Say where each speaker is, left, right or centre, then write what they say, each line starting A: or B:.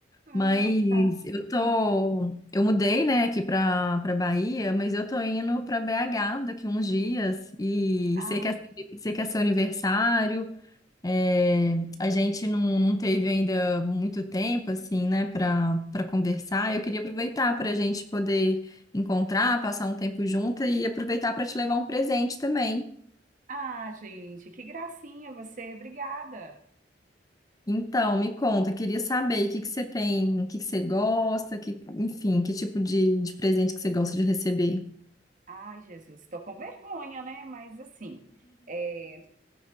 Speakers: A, on the right; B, on the left.
A: Ai,
B: Mas
A: tá.
B: eu tô,
A: hum.
B: eu mudei, né, aqui para para Bahia, mas eu tô indo para BH daqui uns dias e
A: Ah,
B: sei que é, sei que é seu aniversário. É, a gente não, não teve ainda muito tempo, assim, né, para para conversar. Eu queria aproveitar para a gente poder encontrar, passar um tempo junto e aproveitar para te levar um presente também.
A: ah, gente, que gracinha você, obrigada.
B: Então, me conta, eu queria saber o que que você tem, o que que você gosta, que, enfim, que tipo de, de presente que você gosta de receber.
A: Ai, Jesus, estou com vergonha, né? Mas assim, é,